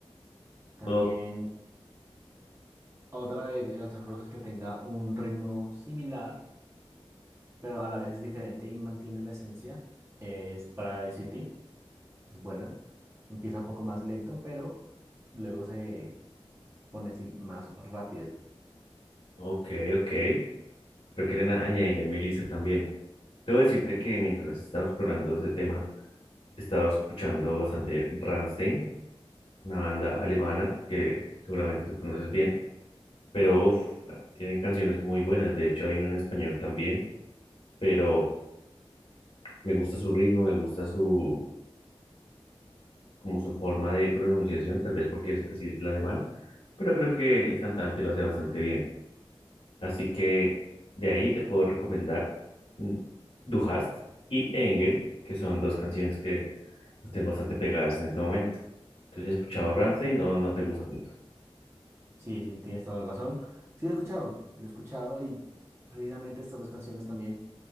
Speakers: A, on the right; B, on the left.
A: También
B: O-
A: otra de Guns N' Roses que tenga un ritmo similar, pero a la vez es diferente y mantiene la esencia, es Paradise City. Es buena. Empieza un poco más lento, pero luego se pone así más rápida.
B: ok, ok. Pero quieren añadir a mi lista también. Debo decirte que mientras estaba explorando este tema, estaba escuchando bastante Rammstein, una banda
A: Uy,
B: alemana que seguramente tú conoces bien. Pero uff, tienen canciones muy buenas. De hecho, hay una en español también. Pero me gusta su ritmo, me gusta su como su forma de pronunciación, tal vez porque es así el alemán, pero creo que el cantante lo hace bastante bien. Así que de ahí te puedo recomendar mm, Du hast y Engel, que son dos canciones que las tengo bastante pegadas en este momento. ¿Tú has escuchado
A: tien-
B: Rammstein o no te gusta tanto?
A: sí, sí, tienes toda la razón. Sí, lo he escuchado, lo he escuchado y precisamente estas dos canciones también